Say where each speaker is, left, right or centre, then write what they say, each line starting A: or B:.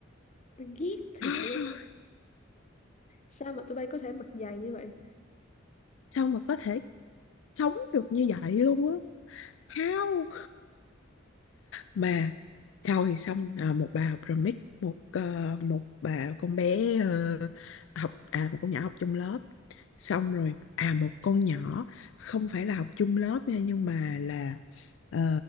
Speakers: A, on the left; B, on the left.
A: tôi ghét thiệt
B: <gasps>
A: luôn á. sao mà tụi bay có thể mặc dày như vậy
B: sao mà có thể sống được như vậy luôn á how mà thôi xong à, một bà học remix một ờ, một bà con bé ờ, học à một con nhỏ học chung lớp xong rồi à một con nhỏ không phải là học chung lớp nha nhưng mà là ờ,